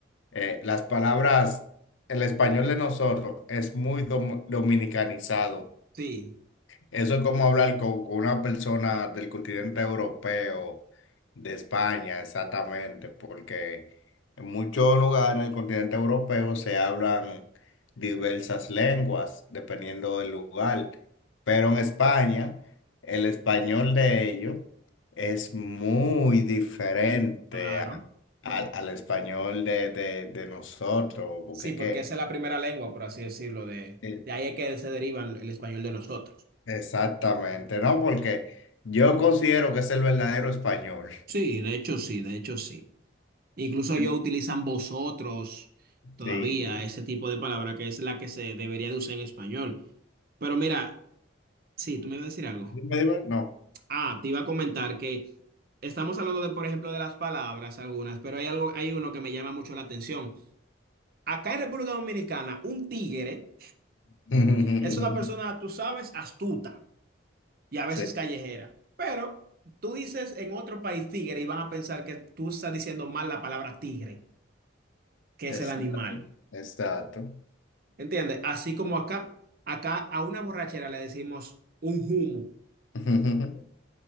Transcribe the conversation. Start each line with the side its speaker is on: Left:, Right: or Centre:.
Left: eh, las palabras, el español de nosotros es muy dom- dominicanizado.
Right: Sí,
Left: Eso es como hablar con, con una persona del continente europeo, de España, exactamente, porque en muchos lugares del continente europeo se hablan diversas lenguas, dependiendo del lugar, pero en España el español de ellos es muy diferente
Right: claro.
Left: a- al al español de, de, de nosotros, porque
Right: Sí, porque
Left: que,
Right: esa es la primera lengua, por así decirlo, de,
Left: eh,
Right: de ahí es que se deriva el el español de nosotros.
Left: Exactamente, ¿no? Porque yo considero que es el verdadero español.
Right: Sí, de hecho sí, de hecho sí. Incluso ellos
Left: <laughs>
Right: utilizan vosotros todavía,
Left: Sí.
Right: ese tipo de palabra que es la que se debería de usar en español. Pero mira, sí, tú me ibas a decir algo.
Left: Dime, dime, no.
Right: Ah, te iba a comentar que estamos hablando de, por ejemplo, de las palabras algunas, pero hay algo, hay uno que me llama mucho la atención. Acá en República Dominicana, un tigre
Left: <laughs>
Right: es una persona, tú sabes, astuta. y a veces
Left: Sí,
Right: callejera. Pero tú dices en otro país tigre y van a pensar que tú estás diciendo mal la palabra tigre, que
Left: exacto,
Right: es el animal.
Left: exacto.
Right: ¿Entiendes? Así como acá, acá a una borrachera le decimos un humo.
Left: <laughs>